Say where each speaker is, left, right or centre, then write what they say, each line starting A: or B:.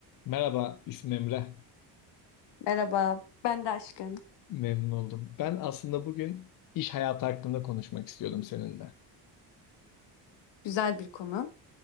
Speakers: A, on the left; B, on the left.
A: Merhaba, ismim Emre.
B: Merhaba, ben de aşkım.
A: Memnun oldum. Ben aslında bugün iş hayatı hakkında konuşmak istiyordum seninle.
B: Güzel bir konu.